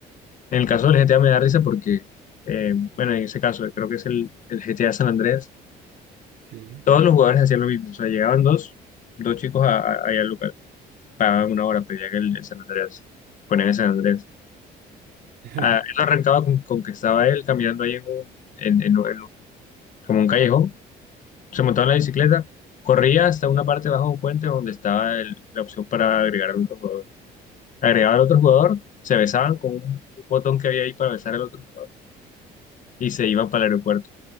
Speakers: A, on the left; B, on the right.
A: En el caso
B: Ok,
A: del GTA me da risa porque, eh, bueno, en ese caso creo que es el, el GTA San Andreas.
B: sí.
A: Todos los jugadores hacían lo mismo, o sea, llegaban dos, dos chicos a- a- allá al lugar, pagaban una hora, pedían el, el San Andrés, ponían el San Andrés.
B: <laughs>
A: Ah, él arrancaba con, con que estaba él caminando ahí en un, en, en un- en un- como un callejón, se montaba en la bicicleta, corría hasta una parte bajo de un puente donde estaba el- la opción para agregar al otro jugador. Agregaba al otro jugador, se besaban con un botón que había ahí para besar al otro jugador y se iban para el aeropuerto.